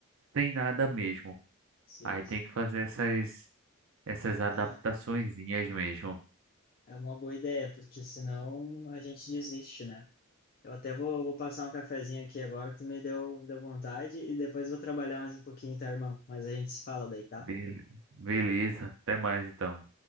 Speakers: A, on the right; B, on the left.
A: sem nada mesmo.
B: Sim,
A: Aí tem
B: sim.
A: que fazer essas essas adaptaçõezinhas
B: Ah,
A: mesmo.
B: é uma boa ideia, porque senão a gente desiste, né? Eu até vou, vou passar um cafezinho aqui agora que tu me deu, me deu vontade e depois vou trabalhar mais um pouquinho, tá, irmão? Mas a gente se fala daí, tá?
A: Bele- Beleza, até mais então.